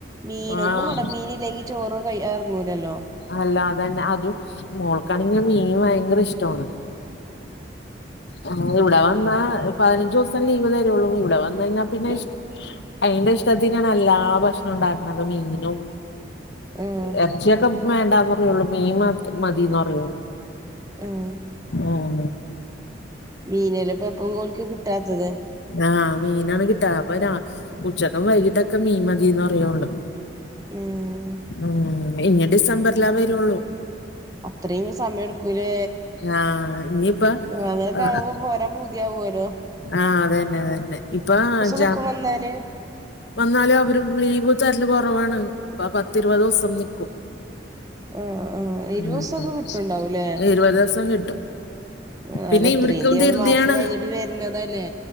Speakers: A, on the right; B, on the left.
A: മീൻ
B: ആഹ്
A: ഒന്നും വേണ്ട മീനില്ലങ്കി ചോറ് ഇറങ്ങൂലല്ലോ
B: അല്ല അതന്നെ അതും മോൾക്കാണെങ്ക മീൻ ഭയങ്കര ഇഷ്ടമാണ് ആഹ് ഇവിടെ വന്നാ പതിനഞ്ച് ഉസം ലീവ് തരള്ളൂ ഇവിടെ വന്നയി ഞ്ഞ പിന്നെ
A: ഉം
B: അയിന്റെ ഇഷ്ടത്തിനാണ് എല്ലാ ഭക്ഷണം ഉണ്ടാക്കുന്നത് മീനും
A: ആഹ്
B: ഇറച്ചിയൊക്കെ വേണ്ടന്ന് പറയുള്ളൂ മീൻ മതിന്ന് പറയുള്ളൂ
A: ഉം
B: ഉം
A: മീനല്ല ഇപ്പ എപ്പഴും ഓല്ക്ക കിട്ടാത്തത്
B: ആഹ് മീനാണ് കിട്ടാ പ്പൊ ഉച്ചക്കും വൈകിട്ടൊക്കെ മീൻ മതിന്ന് പറിയുവള്.
A: ഉം
B: ഉമ് ഇഞീ ഡിസംബറിലാ വരുള്ളൂ.
A: അതൃയിം സമയം എടുക്കൂലേ
B: ആഹ് ഇനിയിപ്പ
A: ഉമ് അങ്ങനെക്കെ
B: ആഹ്
A: ആവുമ്പോ പോരാൻ പൂതിയാവോലോ
B: ആഹ് അതന്നെ അതന്നെ ഇപ്പൊ അഞ്ച
A: നിക്കും വന്നാല്
B: വന്നാലും അവര് ലീവ് തരല് കൊറവാണ്പ്പ പത്തി ഇരുപത് ഉസം നിക്കും.
A: ആഹ് ആഹ് ഇരുവസൊക്കെ
B: ഉമ്
A: കിട്ടുണ്ടാവൂല്ലേ
B: ഇരുപതുസം കിട്ടും.
A: ആ
B: പിന്നെ
A: അല്ലത്രയുംന്ത്യ്യ
B: ഇവർക്കും ധൃതിയാണ്
A: മാസം കഴിഞ്ഞിട്ട് വരുന്നതല്ലേ